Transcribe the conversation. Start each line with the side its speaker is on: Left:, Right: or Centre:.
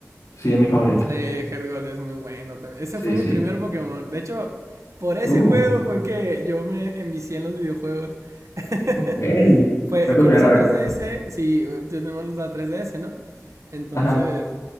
Left: sí es mi favorita.
Right: Eh, Heart Gold es muy bueno también. Ese
Left: Sí,
Right: fue mi
Left: sí.
Right: primer Pokémon. De hecho, por ese
Left: Uh,
Right: juego fue que yo me envicié en los videojuegos. <laughs>
Left: ok.
Right: fue
Left: Fue tu
Right: con
Left: primera
Right: esa
Left: vez.
Right: 3DS, sí, tenemos la 3DS, ¿no? Entonces,
Left: Ajá,